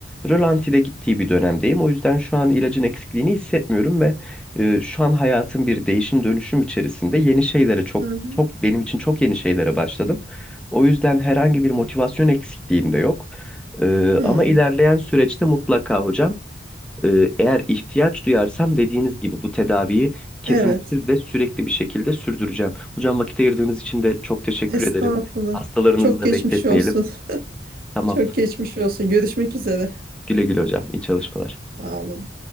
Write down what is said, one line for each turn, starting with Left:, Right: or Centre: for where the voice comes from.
Centre: rölantide gittiği bir dönemdeyim. O yüzden şu an ilacın eksikliğini hissetmiyorum ve e, şu an hayatım bir değişim dönüşüm içerisinde yeni şeylere çok
Right: hı hı.
Centre: çok benim için çok yeni şeylere başladım. O yüzden herhangi bir motivasyon eksikliğim de yok. E,
Right: Hı.
Centre: ama ilerleyen süreçte mutlaka hocam ee, Eğer ihtiyaç duyarsam dediğiniz gibi bu tedaviyi kesintisiz
Right: Evet.
Centre: ve sürekli bir şekilde sürdüreceğim. Hocam vakit ayırdığınız için de çok teşekkür
Right: Estağfurullah.
Centre: ederim. Hastalarınızı
Right: Çok
Centre: da
Right: geçmiş
Centre: bekletmeyelim.
Right: olsun. <laughs>
Centre: Tamam.
Right: Çok geçmiş olsun. Görüşmek üzere.
Centre: Güle güle hocam. İyi çalışmalar.
Right: Sağ olun.